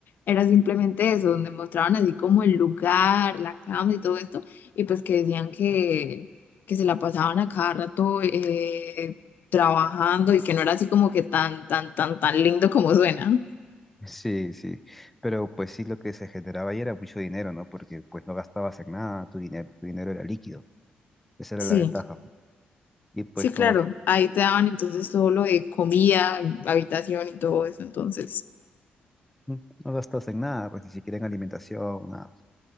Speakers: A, on the left; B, in the centre.
A: era simplemente eso, donde mostraban así como el lugar, la cama y todo esto, y pues que decían que, que se la pasaban a cada rato eh, trabajando y que no era así como que tan, tan, tan, tan lindo como suena.
B: Sí, sí, pero pues sí lo que se generaba ahí era mucho dinero, ¿no? Porque pues no gastabas en nada, tu dinero, tu dinero era líquido, esa era
A: Sí,
B: la ventaja. Y pues
A: sí,
B: como
A: claro. Ahí te daban entonces todo lo de comida, habitación y todo eso, entonces.
B: mm, no gastabas en nada, pues ni siquiera en alimentación, nada.